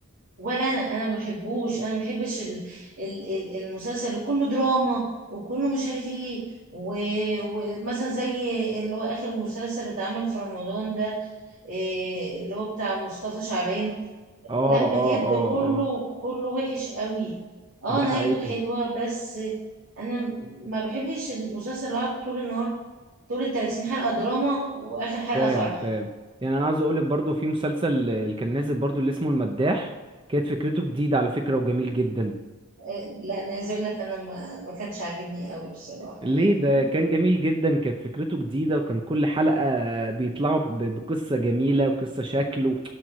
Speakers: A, on the right; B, on the right.
A: ولا انا انا ما بحبوش انا ما بحبش ال- ال- ال- المسلسل اللي كله دراما وكله مش عارف ايه و- ومثلا زي اللي هو اخر مسلسل اللي اتعمل في رمضان ده إيه اللي هو بتاع مصطفى شعبان
B: اه
A: لا بجد
B: اه اه
A: كله
B: اه
A: كله وحش قوي اه
B: ده
A: نهايته
B: حقيقي
A: حلوة بس انا ما بحبش المسلسل اللي قعد طول النهار طول ال 30 حلقة دراما واخر حلقة
B: فاهم
A: فرح
B: فاهم يعني انا عاوز اقولك برضو في مسلسل اللي كان نازل برضو اللي اسمه المداح كانت فكرته جديده على فكره وجميل جدا
A: إيه لا انا عايزه اقول لك انا ما ما كانش عاجبني قوي بصراحة
B: ليه
A: يعني
B: ده كان جميل جدا كانت فكرته جديدة وكان كل حلقة بيطلعوا ب- بقصة جميلة وقصة شكله